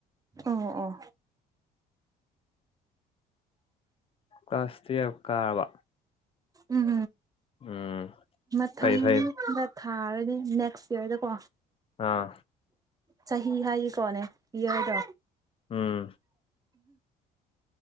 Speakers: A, on the right; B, on the left.
A: ꯑꯣ ꯑꯣ
B: ꯀ꯭ꯂꯥꯁ ꯇꯨꯌꯦꯜꯐ ꯀꯥꯔꯕ
A: ꯎꯝ
B: ꯎꯝ
A: ꯃꯊꯪ
B: ꯐꯩ ꯐꯩ
A: ꯗ ꯊꯥꯔꯅꯤ ꯅꯦꯛꯁ ꯏꯌꯥꯔꯗ ꯀꯣ
B: ꯑꯥ
A: ꯆꯍꯤ ꯍꯥꯏ ꯀꯣꯅ ꯏꯌꯔꯗꯣ
B: ꯎꯝ